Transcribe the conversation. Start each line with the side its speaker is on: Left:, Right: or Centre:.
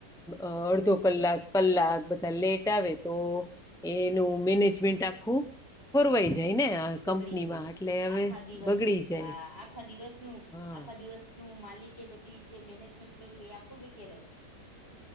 Centre: અ અડધો કલાક કલાક બધા લેટ આવે. તો એનું મેનેજમેન્ટ આખું ખોરવાઈ જાય ને
Left: બગડી
Centre: કંપનીમાં
Left: જાય
Centre: એટલે હવે
Left: આખા દિવસ
Centre: બગડી જાય.
Left: હા આખા દિવસનું,
Centre: હા
Left: આખા દિવસ નું માલિકે બધી જે મેનેજમેન્ટ કર્યું એ આખું વિખેરાય જાય.